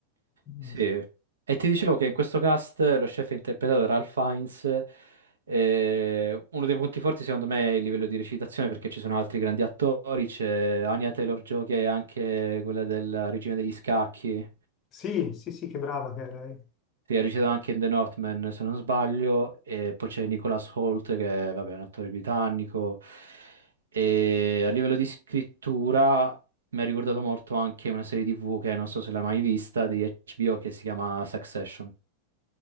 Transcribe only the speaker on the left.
Mm.
Sì, sì, sì, che brava che è lei.